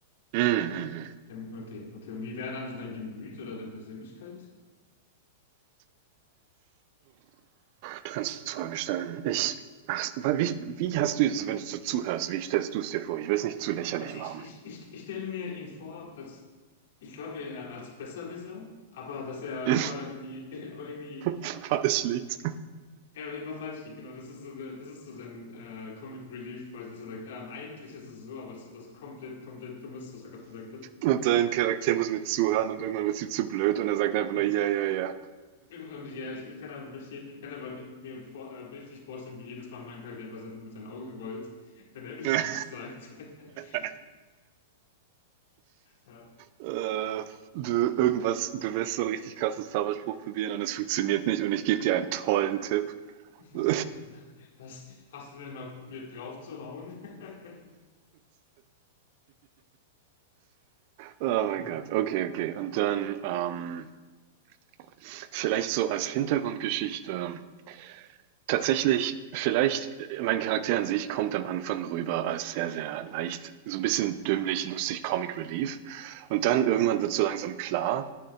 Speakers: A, on the right (about 50°); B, on the left (about 60°).
A: mhm, mhm.
B: Ähm, Okay, okay. Und wie wäre dann so dein Gemüt oder deine Persönlichkeit?
A: Du kannst Fragen stellen. Ich ach, wa wie wie hast du jetzt, wenn du so zuhörst, wie stellst du es dir vor? Ich will es nicht zu lächerlich
B: Also ich,
A: machen.
B: ich, ich, ich stelle mir ihn vor, als, ich glaube, er als Besserwisser, aber dass er
A: <laughs>
B: immer irgendwie, <laughs> aber irgendwie,
A: Falsch liegt.
B: er immer falsch liegt, genau. Das ist so, der- das ist so sein äh, Comic Relief, quasi, dass er sagt, ähm, eigentlich ist es so, aber das ist was komplett, komplett Dummes, was er gerade gesagt hat.
A: Und dein Charakter muss mir zuhören und irgendwann wird sie zu blöd und er sagt einfach
B: Und,
A: nur: „Ja, ja,
B: irgendwann, ja, ich, ich kann einfach verstehen, kann einfach mir vor, äh, bildlich vorstellen, wie jedes Mal mein Charakter einfach sein, mit seinen Augen rollt, wenn er <laughs> irgendwas
A: ja.“
B: sagt. <laughs>
A: <laughs>
B: Ja.
A: äh, will
B: Ja.
A: irgendwas bewusst so einen richtig krassen Star Wars Spruch probieren und es funktioniert nicht und ich gebe dir einen tollen Tipp. <laughs>
B: <laughs>
A: oh
B: So, hast, hast du denn mal probiert draufzuhauen? <laughs>
A: mein
B: Ja,
A: Gott, okay, okay. Und dann ähm, vielleicht so als Hintergrundgeschichte. Tatsächlich, vielleicht, äh, mein Charakter an sich kommt am Anfang rüber als sehr, sehr leicht, so ein bisschen dümmlich, lustig, Comic Relief. Und
B: ja,
A: dann irgendwann wird so langsam klar,